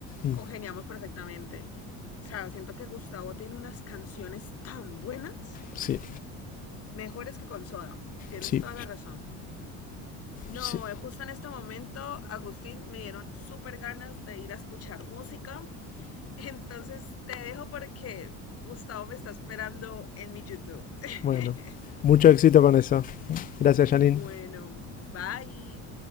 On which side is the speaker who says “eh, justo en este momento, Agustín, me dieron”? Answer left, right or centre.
Left